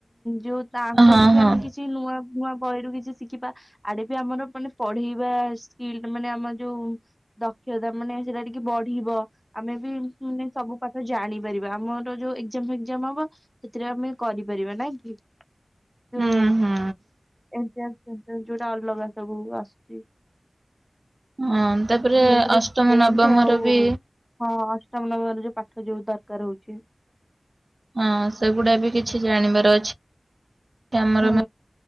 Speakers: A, in the centre; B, on the right (about 50°).
A: ଯୋଉ ତାଙ୍କଠୁ
B: ହଁ
A: ବି
B: ହଁ
A: ଆମେ କିଛି କିଛି ନୂଆ ନୂଆ ବହିରୁ କିଛି ଶିଖିବା ଆଡେ ବି ଆମର ମାନେ ପଢେଇବା ସ୍କିଲ୍ ମାନେ ଆମର ଯୋଉ ଦକ୍ଷତା ମାନେ ସେଟା ଟିକେ ବଢିବ ଆମେ ବି ମାନେ ସବୁ ପାଠ ଜାଣିପାରିବା ଆମର ଯୋଉ ଏକ୍ଜାମ ଫେକ୍ଜାମ ହବ। ସେଥିରେ ଆମେ କରିପାରିବା ନାଇଁ କି ତଉ
B: ହୁଁ ହୁଁ
A: ଏମିତି ଆ। ଯୋଉଟା ଅଲଗା ସବୁ ଆସୁଛି।
B: ହଁ ତାପରେ
A: ଯୋଉଥିରେ
B: ଅଷ୍ଟମ
A: ଟେନ୍ଥ୍
B: ନବମର
A: ଆଉ
B: ବି
A: ହଁ ଅଷ୍ଟମ ନବମର ଯୋଉ ପାଠ ଯୋଉ ଦରକାର ହଉଛି।
B: ହଁ ସେଗୁଡା ବି କିଛି ଜାଣିବାର ଅଛି ଆମର।
A: ହୁଁ